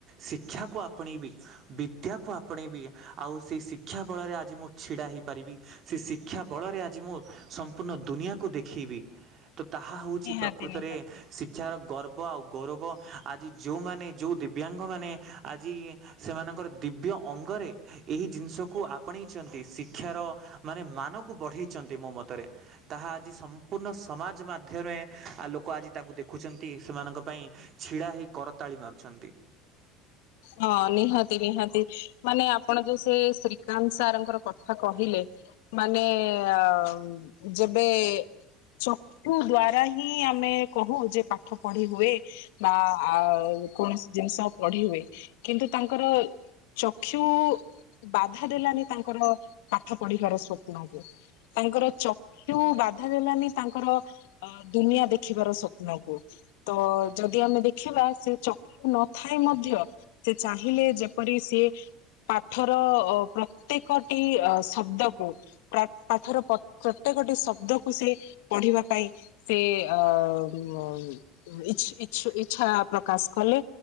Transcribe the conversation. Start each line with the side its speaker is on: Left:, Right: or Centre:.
Right: ଶିକ୍ଷାକୁ ଆପଣେଇବି ବିଦ୍ୟାକୁ ଆପଣେଇବି ଆଉ ସେହି ଶିକ୍ଷା ବଳରେ ଆଜି ମୁଁ ଛିଡ଼ା ହେଇପାରିବି, ସେ ଶିକ୍ଷା ବଳରେ ଆଜି ମୁଁ ସମ୍ପୂର୍ଣ୍ଣ ଦୁନିଆକୁ ଦେଖିବି। ତ ତାହା ହେଉଛି
Left: ନିହାତି
Right: ପ୍ରକୃତରେ
Left: ନିହାତି।
Right: ଶିକ୍ଷାର ଗର୍ବ ଆଉ ଗୌରବ। ଆଜି ଯୋଉମାନେ ଯୋଉ ଦିବ୍ୟାଙ୍ଗ ମାନେ ଆଜି ସେମାନଙ୍କର ଦିବ୍ୟ ଅଙ୍ଗରେ ଏହି ଜିନିଷକୁ ଆପଣେଇଛନ୍ତି ଶିକ୍ଷାର ମାନେ ମାନ ବଢେଇଛନ୍ତି ମୋ ମତରେ ତାହା ଆଜି ସମ୍ପୂର୍ଣ ସମାଜ ମାଧ୍ୟମରେ ଲୋକ ଆଜି ତାଙ୍କୁ ଦେଖୁଛନ୍ତି ସେମାନଙ୍କ ପାଇଁ ଛିଡ଼ା ହେଇ କରତାଳି ମାରୁଛନ୍ତି।
Left: ହଁ ନିହାତି ନିହାତି ମାନେ ଆପଣ ସେ ଶ୍ରୀକାନ୍ତ ସାରଙ୍କର କଥା କହିଲେ ମାନେ ଆ ଉଁ ଯେବେ।
Right: <inaudible>
Left: ଚକ୍ଷୁ ଦ୍ଵାରା ହିଁ ଆମେ କହୁ ଯେ ପାଠ ପଢି ହୁଏ ବା ଆ କୌଣସି ଜିନିଷ ପଢି ହୁଏ କିନ୍ତୁ ତାଙ୍କର। ଚକ୍ଷୁ ବାଧା ଦେଲାନି ତାଙ୍କର ପାଠ ପଢିବାର ସ୍ୱପ୍ନକୁ। ତାଙ୍କର ଚକ୍ଷୁ ବାଧା ଦେଲାନି ତାଙ୍କର ଅ ଦୁନିଆ ଦେଖିବାର ସ୍ୱପ୍ନକୁ। ତ ଯଦି ଆମେ ଦେଖିବା ସେ ଚକ୍ଷୁ ନ ଥାଇ ମଧ୍ୟ। ସେ ଚାହିଁଲେ ଯେପରି ସିଏ। ପାଠର ଅ ପ୍ରତ୍ୟେକଟି ଅ ଶବ୍ଦକୁ ପ୍ର ପାଠର ପ-ପ୍ରତେ କ ଟି ଶବ୍ଦକୁ ସେ ପଢିବା ପାଇଁ ସେ ଅ ଉଁ ଅ ଉଁ ଇ ଈ ଇ-ଇଚ୍ଛା ପ୍ରକାଶ କଲେ